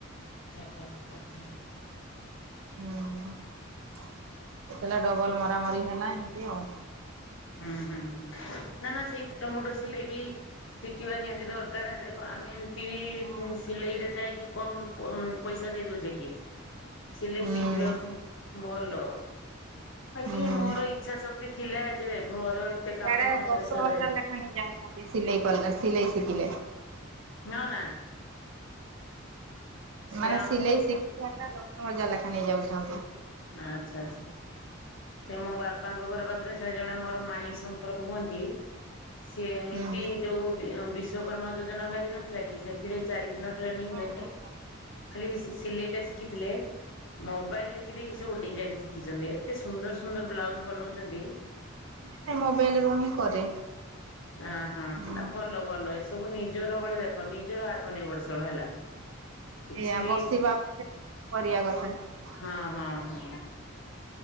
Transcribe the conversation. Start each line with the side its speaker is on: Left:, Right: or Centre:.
Left: ଆଛା ଆଛା <inaudible>
Right: ହୁଁ ହୁଁ ହେଲା ଡବଲ ମରାମରି ହେଲା ଏମିତି ଆଉ।
Left: ହୁଁ ହୁଁ ନା ନା ସେଇ ଫୁଟ ମୁୁଟ ସିଲେଇ ବି ଶିଖିବା ନିହାତି ଦରକାରେ ଦେଖ ଆମେ ତି
Right: ହଁ
Left: ସିଲେଇ ରେ ଯାଇକି କମ୍ ପଇସା ଦେଇ ଦଉଚେ କି? ସିଲେଇ
Right: ହଁ।
Left: ଶିଖିବାକୁ ଭଲ ବାକି
Right: ହୁଁ ହୁଁ।
Left: ମୋର ଇଚ୍ଛା ଶ ଏତେ ଥିଲା ଯେ ଘର ଏତେ
Right: ଇଆଡେ
Left: କାମନା
Right: ଦଶ
Left: ପେସରେ
Right: <inaudible> ଯାଉଛନ୍ତି ସିଲେଇ କଲା ସିଲେଇ ଶିଖିଲେ।
Left: ନ ନାଁ। ସେ
Right: ମାନେ
Left: ଆମ
Right: ସିଲେଇ ଶିଖିବାଟା ଦଶ ହଜାର ଲାଖା ନେଇ ଯାଉଛନ୍ତି।
Left: ଆଚ୍ଛା ଆଚ୍ଛା। ସେ ମୋ ବାପାଙ୍କ ଘର ପାଖରେ ଜ ଜଣେ ମୋର ମାଇଁ ସମ୍ପର୍କ ହୁଅନ୍ତି। ସିଏ ଏମିତି
Right: ହଁ
Left: ଯୋଉ ବି ବିଶ୍ଵକର୍ମା ଯୋଜନା ବାହାରି ନଥିଲା କି ସେ ଏଥିରେ ଚାରି ଦିନ ଟ୍ରେନିଂରେ
Right: ହଁ ହଁ।
Left: ଖାଲି ସି ସିଲେଇ ଟା ଶିଖିଥିଲେ। ମୋବାଇଲ ଦେଖି ଦେଖି ସବୁ ଡିଜାଇନ ଶିଖିଚନ୍ତି ଏତେ ସୁନ୍ଦର ସୁନ୍ଦର ବ୍ଲାଉଜ୍। ବନଉଚନ୍ତି
Right: ସେ ମୋବାଇଲ ରୁ ହିଁ କରେ
Left: ହାଁ ହଁ
Right: ହୁଁ
Left: ନାଁ ଭଲ ଭଲ ଭଲ ଏ ସବୁ ନିଜର ଗୋଟେ ଦେଖ ନିଜର ଆତ୍ମନିର୍ଭରଶୀଳ ହେଲା। କିଛି
Right: ଏଆ
Left: ବି
Right: ବସିବା ଅପେକ୍ଷା କରିବା କଥା।
Left: ହଁ ହଁ ହଁ